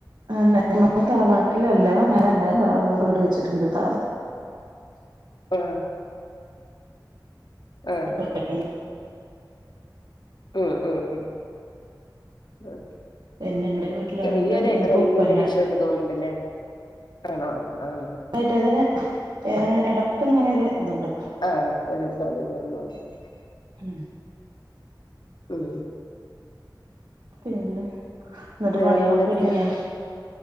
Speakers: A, on the right; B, on the left.
A: അല്ല ഞങ്ങൾ തറവാട്ടിലല്ല ഞങ്ങള് എല്ലാരും വേറെ വേറെ വീട് വെച്ചിട്ടുണ്ട്ട്ടോ
B: ആഹ് ആഹ്
A: <unintelligible>
B: ഉം ഉം ഉം അഹ്
A: പിന്നെ ഇന്റെ വീട്ടിലാണെങ്കിലും
B: ചെറിയൊരു
A: എനിക്ക്
B: റേയിഞ്ചിന്റെ
A: ഉപ്പല്ല
B: വിശയണ്ട് തോന്നുണ്ടില്ലേ ആണോ ആഹ്
A: ആയ്ട്ടതിന് ഏഹ് എടക്ക്ങ്ങനെ ഒരു ഇതുണ്ട്
B: ആഹ് ഇപ്പവരും <unintelligible>
A: ഉം
B: ഉം
A: പിന്നെ ഇന്നത്തെ
B: വേറെന്തൊക്കെയാ
A: പണികളെക്കെ ഒരൂങ്ങിയോ